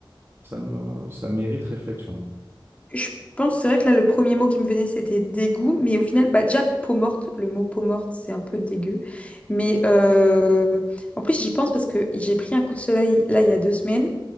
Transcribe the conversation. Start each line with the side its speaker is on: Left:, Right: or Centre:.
Right: ça me, ça mérite réflexion,
Left: Je pense, c'est vrai que là, le premier mot qui me venait, c'était dégoût, mais au final, bah, déjà, peau morte, le mot peau morte, c'est un peu dégueu. Mais euh, en plus, j'y pense parce que j'ai pris un coup de soleil là, il y a deux semaines,